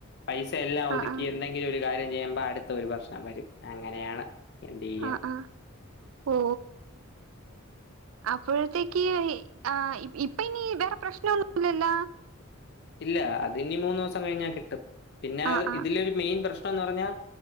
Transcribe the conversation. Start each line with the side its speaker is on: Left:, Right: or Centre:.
Left: പൈസ എല്ലാം ഒതുക്കി
Right: ആഹ് ആഹ്
Left: എന്തെങ്കിലും ഒരു കാര്യം ചെയ്യുമ്പോ അടുത്ത ഒരു വർഷം വരും അങ്ങനെയാണ് എന്ത് ചെയ്യാം
Right: ആഹ ആഹ ഓ
Left: <unintelligible>
Right: അപ്പോഴത്തേക്ക് ആ ഇപ്പ ഇനി വേറെ പ്രശ്നൊന്നുംല്ലല്ല
Left: ഇല്ല അത് ഇനി മൂന്ന്ു ദിവസം കഴിഞ്ഞാ കിട്ടും പിന്നെ
Right: ആഹ് ആഹ്
Left: ഇതിലരു മെയിൻ പ്രശ്നം എന്ന് പറഞ്ഞാൽ